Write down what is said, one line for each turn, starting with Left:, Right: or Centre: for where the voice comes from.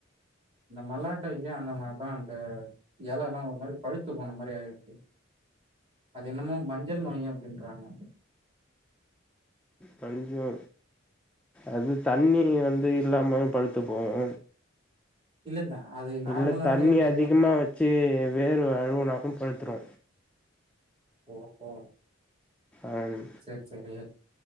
Right: இந்த மல்லாட்டைக்கு அந்த மாரிதா அந்த இலலா ஒரு மாரி பழுத்து போன மாரி ஆயிருது அது என்னமோ மஞ்சள் நோய் அப்படின்றாங்க
Centre: கொஞ்சோ அது தண்ணி வந்து இல்லாமே பழுத்து போவோ
Right: இல்ல அது நார்மலாவே
Centre: இல்ல தண்ணி
Right: அது
Centre: அதிகமா
Right: ஏதோ
Centre: வச் சி வேரு அழுவுனாலு பழுத்துறோ
Right: ஓஹோ
Centre: ஆம்
Right: சரி சரி